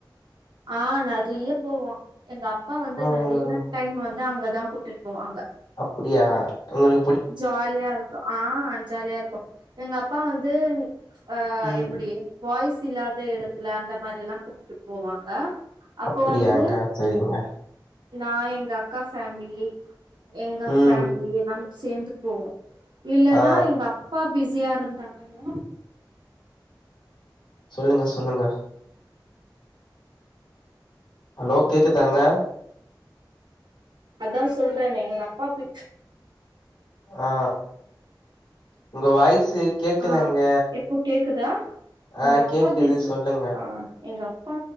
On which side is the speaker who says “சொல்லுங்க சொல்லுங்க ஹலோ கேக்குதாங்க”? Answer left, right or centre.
Left